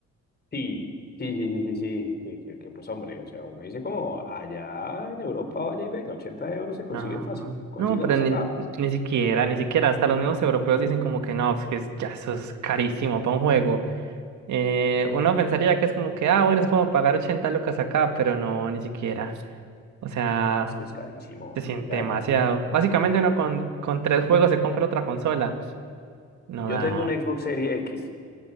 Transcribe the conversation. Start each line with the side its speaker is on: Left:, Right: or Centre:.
Left: sí, sí, sí, sí, sí, sí, que, que, que, pues hombre, o sea, uno dice como, allá en Europa, vaya y venga, 80 euros se consiguen
Right: No,
Left: fácil, consígalos
Right: no, pero ni,
Left: acá.
Right: ni siquiera, ni siquiera. Hasta los mismos europeos dicen como que no, es que ya eso es carísimo para un juego. Eh, uno pensaría que es como que, ah, bueno, es como pagar 80 lucas acá, pero no, ni siquiera. O sea,
Left: No, es que es carísimo.
Right: se siente
Left: Vea,
Right: demasiado.
Left: yo,
Right: Básicamente uno con, con tres juegos se compra otra consola. No
Left: Yo
Right: da,
Left: tengo un Xbox Series X